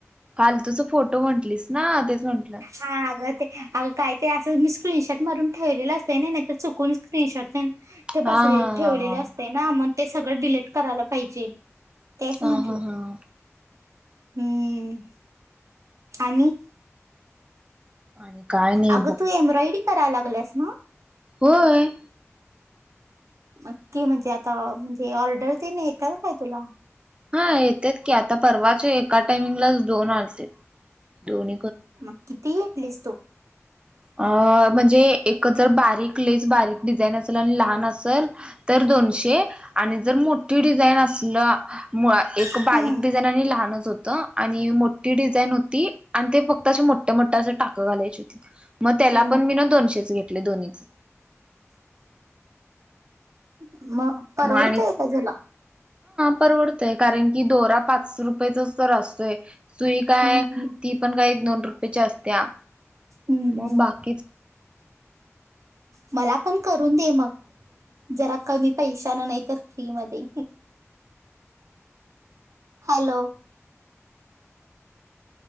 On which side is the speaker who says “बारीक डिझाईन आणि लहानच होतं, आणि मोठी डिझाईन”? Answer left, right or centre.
Right